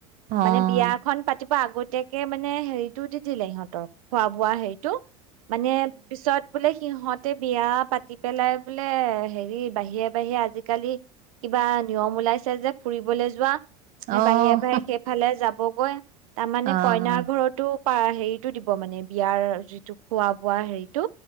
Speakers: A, on the right; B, on the right.
A: অ', অ'।
B: মানে বিয়াখন পাত কেতিয়াবা আগতীয়াকে মানে হেৰি। <unintelligible> দি দিলে সিহঁতক খোৱা বোৱা হেৰিটো। মানে পিছত বোলে সিহঁত তে বিয়া পাতি পেলাই বোলে হেৰি বাহিৰে বাহিৰে আজিকালি, কিবা নিয়ম ওলাইছে যে ফুৰিবলৈ যোৱা।
A: অ',
B: বাহিৰে বাহিৰে সেইফালে যাবগৈ, তাৰমানে
A: অ',
B: কইনাৰ ঘৰটো পা হেৰিটো দিব মানে, বিয়াৰ যিটো খোৱা বোৱা হেৰি তু